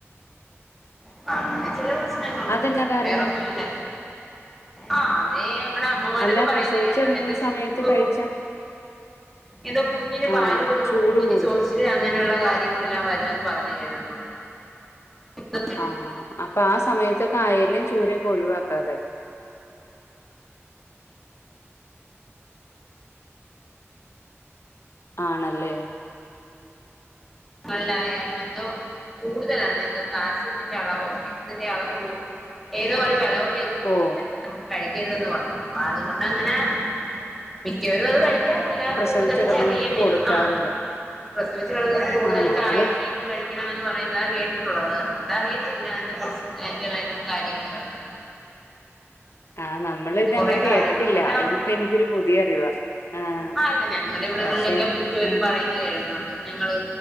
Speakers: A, in the centre; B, on the left.
A: പ്പങ്ങനെ ചെല പ്രശ്നങ്ങള്
B: അതെന്നാ
A: അല്ലാതെ
B: കാരണം?
A: വേറൊന്നും ഇല്ല ആഹ് അതെ ഞങ്ങടെ അമ്മമാരൊക്കെ
B: അല്ല
A: പറയുന്ന
B: പ്രസവിച്ചു
A: കേട്ട്ട്ടുണ്ട്
B: കിടക്കുന്ന
A: എന്താ ചൂട്
B: സമയത്ത് കഴിച്ചാ
A: എന്തോ കുഞ്ഞിന്
B: ആഹ്
A: പാല് കൊടുക്കുമ്പോ
B: ചൂട്
A: കുഞ്ഞിന്
B: കൂടും.
A: ചോറിച്ചി ച്ചില് അങ്ങനെള്ള കാര്യങ്ങളെല്ലാം വരുമെന്ന് പറഞ്ഞ് കേട്ടിട്ടുണ്ട് <unintelligible>
B: ആഹ് അപ്പൊ ആ സമയത്തൊക്കെ ആയലേം ചൂരൊക്കെ ഒഴിവാക്കാ ല്ലേ ആണല്ലേ
A: ല്ലായാലും എന്തോ കൂടുതലാണ് എന്തോ കാൽസ്യത്തിന്റെ അളവോ എന്തിന്റെ അളവ് കൂടു- ഏതോ ഒരു കലോറിയതിൽ കൂടുതല
B: ഓഹ്
A: കഴിക്കരുതെന്ന് പറയാം അപ്പൊതു കൊണ്ടങ്ങനെ മിക്കവരും അത് കഴി ക്കാറില്ല
B: പ്രസവിച്ചു
A: കൂടുതലും
B: കിടക്കുന്നവർക്ക്
A: ചെറിയ മീൻ
B: കൊടുക്കാറില്ല.
A: ആഹ് പ്രസവിച്ചു കിടക്കുന്നത് കൂടുതലും
B: ആഹ് നമ്മള്
A: കായേം മീനും കഴിക്കും ണമെന്ന് പറയുന്നതാ കേട്ടിട്ടുള്ളത്. അതുകൊണ്ട് അറിയത്തില്ല അതിനെ കുറിച്ചും അയ്ൻ്റെ മേറ്റത്തെ കാര്യങ്ങളും എല്ലാം
B: <inaudible> ആഹ് നമ്മൾ ഇത്
A: കൊറേ
B: അങ്ങനെ കേട്ടിട്ടില്ല
A: കാര്യങ്ങളും എല്ലാം
B: ഇതിപ്പോ
A: ഉണ്ട്
B: എനിക്കൊരു പുതിയ അറിവ ആഹ്
A: ആ അല്ല ഞങ്ങളുടെ ഇവിടങ്ങളിലൊക്കെ
B: പക്ഷെ
A: മിക്കവരും
B: ഏഹ്
A: പറയുന്ന കേട്ടിട്ടുണ്ട് ഞങ്ങള്